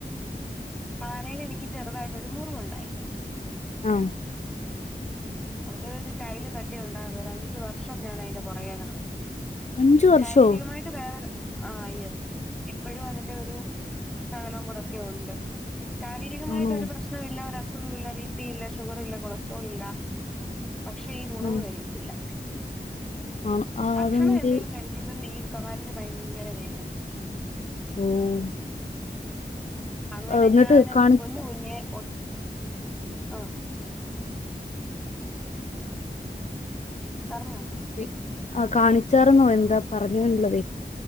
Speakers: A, in the centre; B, on the left.
A: കാലേൽ എനിക്ക് ചെർതായിട്ടൊരു മുറിവുണ്ടായി.
B: ആഹ്
A: അതരു ടൈല് തട്ടി ഉണ്ടാ രുന്നു ഒരഞ്ച് വർഷം ഞാൻ അയിന്റെ പൊറകേ നടന്നു.
B: അഞ്ചു വർഷമോ
A: ശാരീരികമായി ട്ട് വേറെ ആഹ് യെസ് ഇപ്പഴും അതിന്റെ ഒരു ശകലവും കൂടക്കെ ഉണ്ട്. ശാരീരികമായിട്ടൊരു
B: ആണോ
A: പ്രശ്നമില്ല ഒര സുഖവുമില്ല ബി പി, ഇല്ല ഷുഗറില്ല, കൊളസ്ട്രോളില്ല, പക്ഷേ ഈ മുറിവ്
B: ആ
A: കരിയത്തില്ല
B: ആണോ ആ
A: ഭക്ഷണം
B: അതെന്തേ
A: എന്തേലും കഴിക്കുമ്പം മീ കാലിന് ഭയങ്കര വേദന
B: ഉം
A: അങ്ങനെ
B: എന്നിട്ട്
A: ഞാനെന്റെ
B: കാണി
A: പൊന്നു കുഞ്ഞേ ഒത് ആഹ് പർഞ്ഞോ
B: എ ആഹ് കാണിച്ചാർന്നോ എന്താ പർഞ്ഞത് ന്നുള്ളതേ